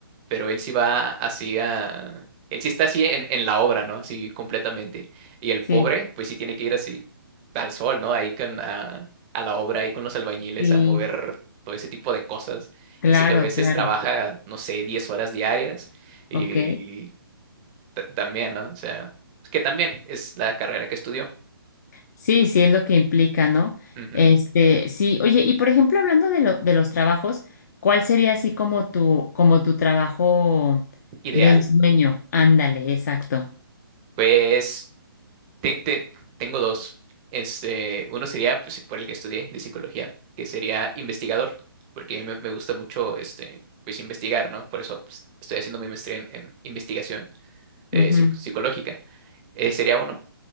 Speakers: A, on the right; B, on the left.
A: pero él sí va así a... Él sí está así en, en la obra, ¿no? Así completamente. Y el
B: sí,
A: pobre, pues sí tiene que ir así al sol, ¿no? Ahí con, a, a la obra, ahí con los albañiles
B: sí,
A: a mover todo ese tipo de cosas.
B: claro,
A: Dice que a veces
B: claro.
A: trabaja, no sé, 10 horas diarias y
B: Ok.
A: ta- también, ¿no? O sea, que también es la carrera que estudió.
B: Sí, sí, es lo que implica, ¿no?
A: Ujú,
B: Este, sí, oye, y por ejemplo, hablando de lo, de los trabajos, ¿cuál sería así como tu, como tu trabajo
A: Ideal.
B: de ensueño? Ándale, exacto.
A: Pues te- te- tengo dos. Este, uno sería, pues, por el que estudié de psicología, que sería investigador, porque me, me gusta mucho, este, pues, investigar, ¿no? Por eso, pues, estoy haciendo mi maestría en, en investigación eh,
B: Ujú,
A: psic- psicológica. Eh, sería uno.